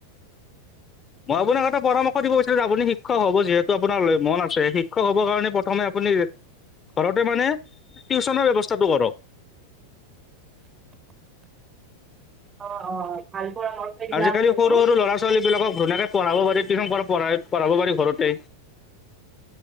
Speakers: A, on the left (about 25°); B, on the right (about 20°).
A: মই আপোনাক এটা পৰামৰ্শ দিব বিচাৰো যে আপুনি শিক্ষক হ'ব যিহেতু আপোনাৰ মন আ শিক্ষ হ'বৰ কাৰণে প্ৰথম ঘৰতে মানে টিউচনৰ ব্যস্থাটো কৰক
B: অঁ অঁ অঁ ভাল পৰামৰ্শ দিলা
A: আজিকালি
B: আপুনিও।
A: সৰু সৰু ল'ৰা ছোৱালী বিলাকক ধুনীয়াকে পঢ়াব পাৰি টিউশন প পঢাই পঢ়াব পাৰি ঘৰতে